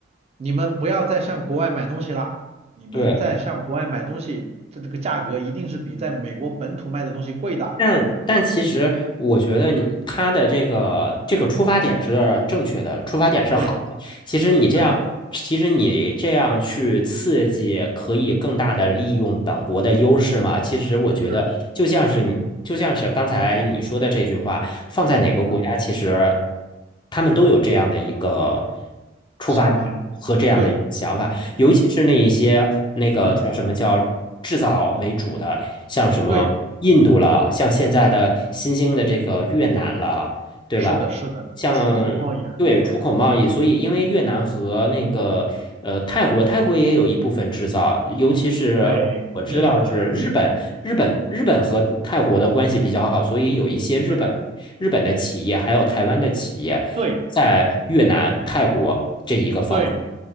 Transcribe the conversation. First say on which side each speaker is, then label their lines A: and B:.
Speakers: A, on the right (about 35°); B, on the left (about 25°).
A: 你们不要再向国外买东西啦，你们在向国外买东西，
B: 对。
A: 这这个价格一定是比在美国本土卖的东西贵的。
B: 但但其实，我觉得你他的这个这个出发点是正确的，
A: 嗯，
B: 出发点是好的。
A: 对
B: 其实你这样，
A: 对
B: 其实你这样去刺激，可以更大的利用本国的优势嘛？其实我觉得，
A: 是，
B: 就像是你，就像是刚才你说的这句话，放在哪个国家，
A: 嗯。
B: 其实他们都有这样的一个出发点和这样的一个想法。
A: 想法吗？对
B: 尤其是那一些那个叫什么叫制造为主的，
A: 对，嗯，
B: 像什么印度了，
A: 对，
B: 像现在的新兴的这个越南了，对吧？
A: 是的，是的，
B: 像对出口贸易，
A: 出口贸易很重，
B: 所以因为越南和那个呃泰国，泰国也有一部分制造，尤其是我知道是日本，
A: 对，肯定有的，
B: 日本日本和泰国的关系比较好，所以有一些日本日本的企业还有台湾的企业在越南、
A: 是的，对
B: 泰国这一个方，
A: 对，